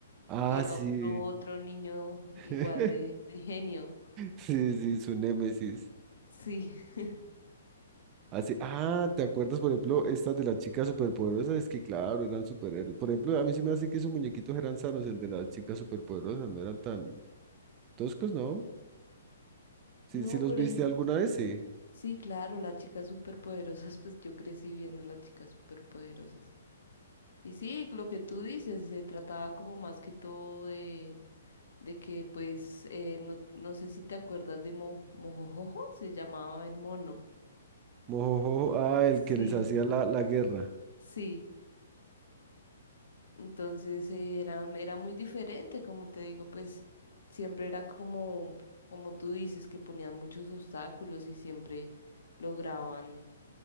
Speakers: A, on the right; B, on the left.
A: Ah,
B: que era
A: sí.
B: otro otro niño
A: <laughs>
B: igual de, de genio.
A: Sí, sí, su némesis.
B: Sí. <laughs>
A: Así, ah, ¿te acuerdas, por ejemplo, estas de las chicas superpoderosas? Es que, claro, eran superhéroes. Por ejemplo, a mí se me hace que esos muñequitos eran sanos, el de las chicas superpoderosas, no eran tan toscos, ¿no? Sí,
B: No,
A: sí los
B: por
A: viste
B: ejemplo,
A: alguna vez, sí.
B: sí, claro, las chicas superpoderosas, pues yo crecí viendo las chicas superpoderosas. Y sí, lo que tú dices, se trataba como más que todo de de que pues eh, no, no sé si te acuerdas de Mo- Mojojojo, se llamaba el mono.
A: Mojojojo, ah, el
B: Sí,
A: que les hacía la, la guerra,
B: sí. Entonces eh, era, era muy diferente, como te digo, pues siempre era como, como tú dices, que ponían muchos obstáculos y siempre lograban,